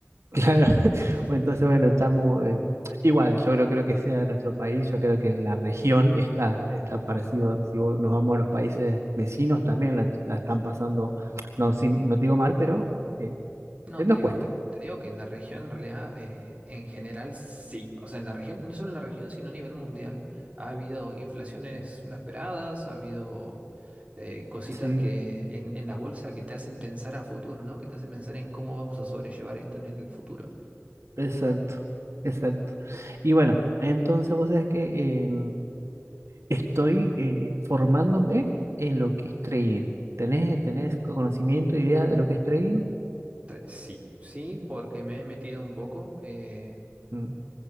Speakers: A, on the right; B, on the right.
A: Claro, <laughs>
B: <laughs>
A: Bueno, entonces bueno, estamos eh, igual, yo creo, creo que sea de nuestro país, yo creo que en la región está, está parecido, si vos- nos vamos a los países vecinos también la, la están pasando, no, sin- no digo mal, pero eh,
B: No,
A: eh,
B: te
A: nos
B: digo
A: cuesta.
B: que, te digo que en la región, en realidad, eh, en general, sí. O sea, en la región, y no solo en la región, sino a nivel mundial, ha habido inflaciones no esperadas, ha habido eh, cositas
A: Sí,
B: que en, en la bolsa que te hacen pensar a futuro, ¿no? Que te hacen pensar en cómo vamos a sobrellevar esto en el futuro.
A: exacto, exacto. Y bueno, entonces vos sabés que eh, estoy eh, formándome en lo que es trading. ¿Tenés, tenés conocimiento, idea de lo que es trading?
B: Tre- Sí, sí, porque me he metido un poco. eh,
A: Mm.